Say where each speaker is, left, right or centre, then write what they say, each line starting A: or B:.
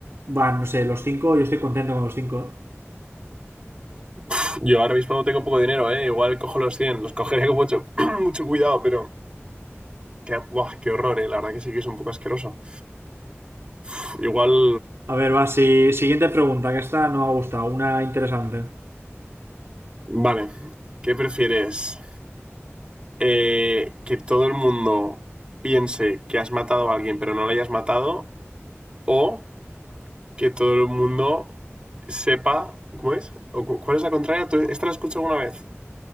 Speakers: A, on the right (about 60°); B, on the right (about 20°).
A: Van, no sé, los cinco Yo estoy contento con los 5.
B: Pf, Yo ahora mismo no tengo poco dinero, ¿eh? Igual cojo los cien, Los cogería con mucho, <clears throat> mucho cuidado, pero... Qué, buah, qué horror, ¿eh? La verdad que sí que es un poco asqueroso. Pf, Igual...
A: A ver, va, si- siguiente pregunta, que esta no me ha gustado, una interesante.
B: Vale. ¿Qué prefieres? Eh, ¿que todo el mundo piense que has matado a alguien pero no lo hayas matado? ¿O que todo el mundo sepa, ¿cómo es? ¿O cu- ¿Cuál es la contraria? Tú- ¿Esta la escucho alguna vez?